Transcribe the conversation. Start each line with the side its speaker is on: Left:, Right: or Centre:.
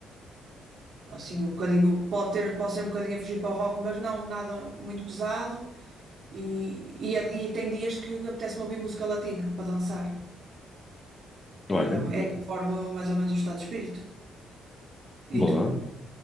Right: assim um bocadinho, pode ter, pode ser um bocadinho a fugir para o rock, mas não nada muito pesado. E, e, e tem dias que apetece-me ouvir música latina para dançar.
Left: Olha,
Right: Eu, é
Left: muito
Right: é conforme mais ou menos o estado de espírito.
Left: boa.
Right: E tu?